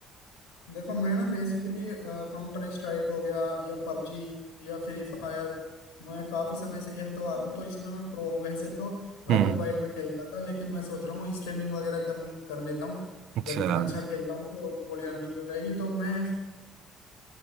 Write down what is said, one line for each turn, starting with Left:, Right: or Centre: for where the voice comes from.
Left: देखो मैं ना बेसिकली काउंटर स्ट्राइक हो गया या पबजी या फ्री फायर मैं काफी समय से खेलता आ रहा हूँ तो इसमें मैं प्रो हूँ वैसे तो भाई
Right: हम्म
Left: मोबाइल में खेलता था लेकिन मैं सोच रहा हूँ स्ट्रीमिंग वगैरह कर कर लेता हूँ
Right: अच्छा
Left: जब इतना
Right: हम्म
Left: अच्छा खेलता हूँ तो थोड़ी अर्निंग भी हो जाएगी तो मैं